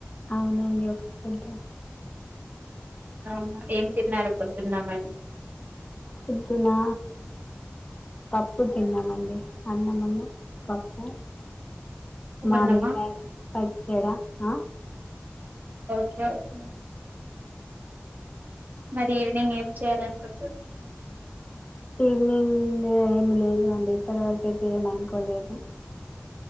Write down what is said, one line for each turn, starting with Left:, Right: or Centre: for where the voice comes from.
Left: అవునండి ఒక పొద్దు.
Right: అవునా ఏం తిన్నారు పొద్దున మరి.
Left: పొద్దునా పప్పు తిన్నామండి. అన్నమున్ను పప్పు మామిడికాయ
Right: ఉన్నమా
Left: పచ్చడా ఆ
Right: ఓకే ఓకే మరి ఈవినింగ్ ఏం చేయాలనుకుంటున్నరు.
Left: ఈవినింగ్ ఏమి లేదు అండి ఇప్పటివరకు అయితే ఏమ అనుకోలేదు.